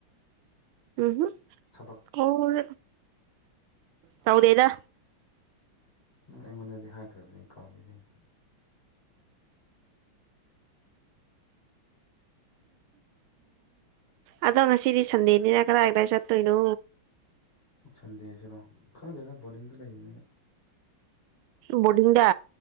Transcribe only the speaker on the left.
ꯊꯕꯛ
ꯎꯝ ꯑꯩꯉꯣꯟꯗꯗꯤ ꯍꯥꯏꯈ꯭ꯔꯕꯅꯤ ꯀꯥꯎꯒꯤꯕꯩꯅꯦ
ꯁꯟꯗꯦꯁꯤꯔꯣ ꯈꯪꯗꯦꯗ ꯕꯣꯔꯗꯤꯡꯗ ꯂꯩꯕꯅꯤꯅ